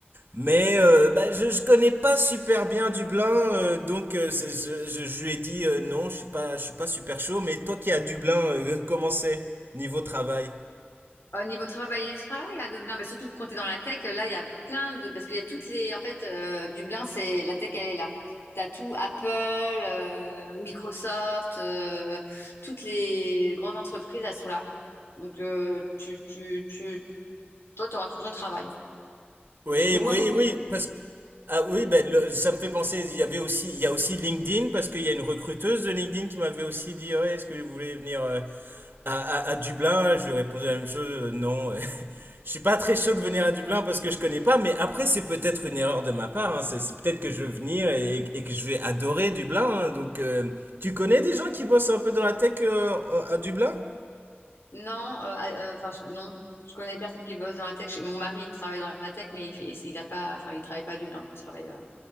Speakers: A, on the right; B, on the left.
A: Mais euh, bah, je ne connais pas super bien Dublin, euh, donc euh, c'est- je, je- je lui ai dit euh, non, je suis pas, je suis pas super chaud. Mais toi qui es à Dublin, euh, comment c'est niveau travail?
B: Au niveau travail, bah, il y a du travail à Dublin, mais surtout quand tu es dans la tech, là, il y a plein de... Parce qu'il y a toutes les... En fait, euh, Dublin, c'est... La tech, elle est là. Tu as tout Apple, euh, Microsoft, euh, toutes les grandes entreprises, elles sont là. Donc, euh, tu, tu, tu... toi, tu auras tout ton travail.
A: Oui,
B: Donc,
A: oui,
B: moi, faut
A: oui, parce que ah oui, ben le- ça me fait penser. Il y avait aussi, il y a aussi LinkedIn parce qu'il y a une recruteuse de LinkedIn qui m'avait aussi dit, Ouais, est-ce que vous voulez venir euh, à, à- à Dublin? Je lui ai répondu la même chose, euh, non. <laughs> Je suis pas très chaud de venir à Dublin parce que je connais pas. Mais après, c'est peut-être une erreur de ma part. hein. C'est c'est peut-être que je veux venir et, et que je vais adorer Dublin. hein. Donc, euh, tu connais des gens qui bossent un peu dans la tech euh, à Dublin?
B: Non, euh, ah, euh, enfin je- non, je connais personne qui bosse dans la tech. Chez- Mon mari, il travaille dans la tech, mais il fait, il a pas, enfin il travaille pas à Dublin. Il travaille. euh,